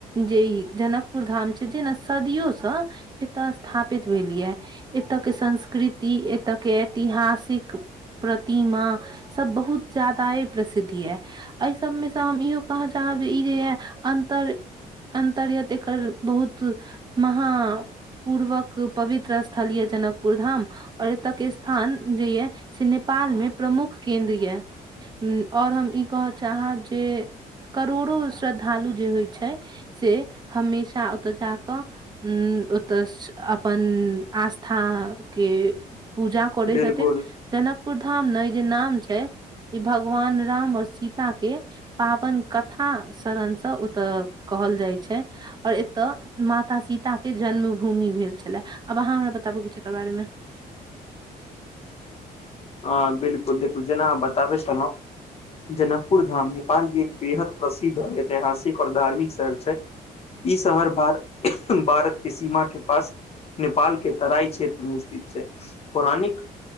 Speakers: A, on the right; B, on the left.
A: जे ई जनकपुर धाम छै जे ने सदियोसँ एतय स्थापित भेल यै एतऽ के संस्कृति एतऽ के ऐतिहासिक प्रतिमा सब बहुत ज्यादा ही प्रसिद्ध यै एहि सभमे से हम इहो कहय चाहब जे ई जे यऽ अन्तर अन्तर यत एकर बहुत महा पूर्वक पवित्र स्थल यऽ जनकपुर धाम आर एत्त के स्थान जे या से ने नेपाल में प्रमुख केंन्द्र या और हम ई कह चाहब जे करोड़ो श्रद्धालु जे होइ छै से हमेशा ओतऽ जाकऽ ओतऽस अपन आस्था के पूजा करै
B: बिलकुल
A: छथिन जनक पुर धाम न ई जे नाम छै ई भगवान राम और सीता के पावन कथा शरणसँ ओतऽ कहल जाइ छै और एतय माता सीता के जन्म भूमि भेल छलै आब अहाँ हमरा बताबू किछु एकर बारे मे <inaudible>
B: ह बिलकुल देखु जेना हम बताबै छलहुँं जनकपुर धाम नेपाल मे एक बेहद प्रसिद्ध ऐतिहासिक और धार्मिक शहर छै ई शहर भार भारत के सीमा के पास नेपाल के तराई क्षेत्र मे स्थित छै पौराणिक